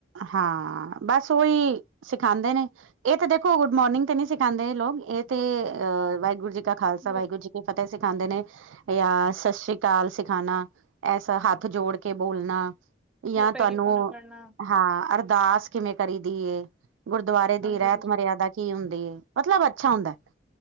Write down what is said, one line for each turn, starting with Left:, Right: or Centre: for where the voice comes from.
Right: ਹਾਂ ਬਸ ਉਹੀ ਸਿਖਾਉਦੇ ਨੇ ਇਹ ਤੇ ਦੇਖੋ ਗੁੱਡ ਮੋਰਨਿੰਗ ਤੇ ਨੀ ਸਿਖਾਉਦੇ। ਲੋਕ ਇਹ ਤੇ ਅਹ ਵਾਹਿਗੁਰੂ ਜੀ ਕਾ ਖਾਲਸਾ,
Centre: ਜਾਂ
Right: ਵਾਹਿਗੁਰੂ ਜੀ ਫਤਿਹ ਸਿਖਾਉਂਦੇ ਨੇ ਜਾਂ ਸਤਿ ਸ੍ਰੀ ਅਕਾਲ ਸਿਖਾਣਾ। ਐਸਾ ਹੱਥ ਜੋੜ ਕੇ ਬੋਲਣਾ। ਯਾਂ
Centre: ਜਾਂ
Right: ਤੁਹਾਨੂੰ
Centre: ਪੈਰੀ ਪੌਣਾ ਕਰਨਾ
Right: । ਹਾਂ । ਅਰਦਾਸ ਕਿਵੇਂ ਕਰੀ ਦੀ ਏ। ਗੁਰਦੁਆਰੇ
Centre: ਹਾਂਜੀ,
Right: ਦੀ ਰਹਿਤ
Centre: ਹਾਂਜੀ।
Right: ਮਰਿਆਦਾ । ਕੀ ਹੁੰਦੀ ਹੈ? ਮਤਲਬ ਅੱਛਾ ਹੁੰਦਾ ਐ।